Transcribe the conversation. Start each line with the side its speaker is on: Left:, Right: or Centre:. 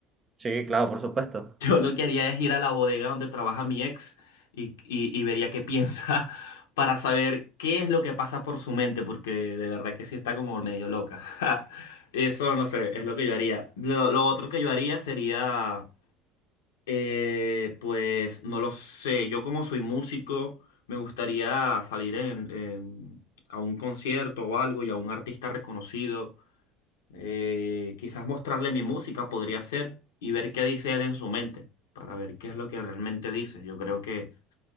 Right: Sí, claro, por supuesto.
Left: Yo lo que haría es ir a la bodega donde trabaja mi ex y, y- y vería qué piensa <laughs> para saber qué es lo que pasa por su mente, porque de verdad que sí está como medio loca. <laughs> Eso no sé, es lo que yo haría. Lo, lo otro que yo haría sería, eh, pues, no lo sé, yo como soy músico, me gustaría salir en, en- a un concierto o algo y a un artista reconocido. Eh, quizás mostrarle mi música podría ser y ver qué dice él en su mente, para ver qué es lo que realmente dice. Yo creo que